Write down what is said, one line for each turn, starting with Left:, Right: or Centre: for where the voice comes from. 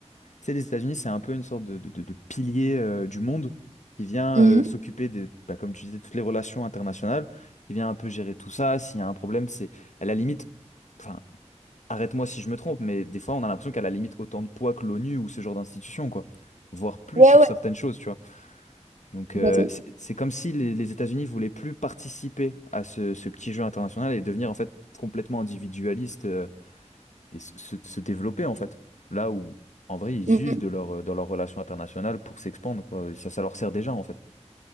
Left: Tu sais, les États-Unis, c'est un peu une sorte de, de- de- de pilier euh, du monde qui vient
Right: Mhm.
Left: euh, s'occuper de, bah, comme tu disais, toutes les relations internationales, qui vient un peu gérer tout ça. S'il y a un problème, c'est à la limite, enfin, arrête-moi si je me trompe, mais des fois, on a l'impression qu'à la limite autant de poids que l'ONU ou ce genre d'institution, quoi, voire plus
Right: Ouais,
Left: sur
Right: ouais,
Left: certaines choses, tu vois. Donc,
Right: complètement.
Left: euh, c'est c'est comme si les, les États-Unis voulaient plus participer à ce, ce petit jeu international et devenir en fait complètement individualiste euh, et se, se- se développer en fait. Là où en vrai ils
Right: Mm.
Left: usent de leur, euh, dans leur relation internationale pour s'expandre, quoi. Ça, ça leur sert déjà en fait.